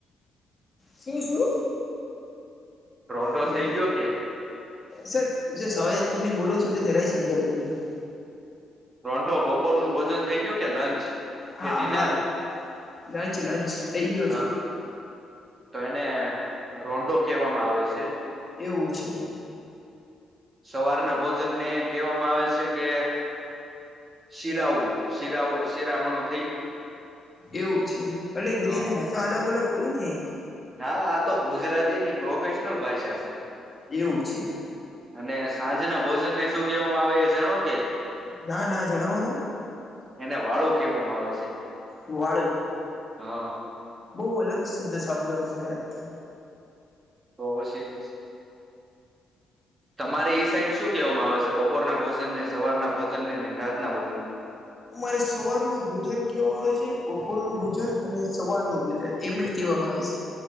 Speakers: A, on the left; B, on the right.
A: શું શું.
B: ટ્રોંડો
A: હેલો
B: થઈ ગયો કે.
A: સર જે સવાલ તમે બોલો છો તો જરાય સમજાતું નથી.
B: રોંઢો બપોરનું ભોજન થઈ ગયું કે લંચ.
A: હા
B: કે ડિનર
A: હા લંચ લંચ થઇ ગયો
B: હા
A: છે.
B: તો એને રોંઢો કહેવામાં આવે છે.
A: એવું છે.
B: સવારના ભોજન ને કહેવામાં આવે છે કે. શિરાઉ શિરાઓ શીરા મ.
A: એવું છે એટ એ બધીની
B: હ
A: ભાષા અલગ અલગ હોય ને.
B: ના આ તો ગુજરાતીની પ્રોફેશનલ ભાષા છે.
A: એવું છે.
B: અને સાંજના ભોજનને શું કહેવામાં આવે એ જાણો કે.
A: ના ના જણાવો ને
B: એને વાળું કેહેવામાં આવે છે.
A: વાળું.
B: હા.
A: બહુ અલગ શબ્દ સાંભળવા મેળ્યા.
B: તો પછી. તમારે ઈ સાઈડ શું કહેવામાં આવે છે બપોર ના ભોજન ને સવાર ના ભોજન ને ને રાતના ભોજન ને.
A: મારે સવાર નું ભોજન કવામાં આવે છે બપોર નું ભોજન અને સવાર નું ભોજન. એમ જ કેહેવામાં આવે છે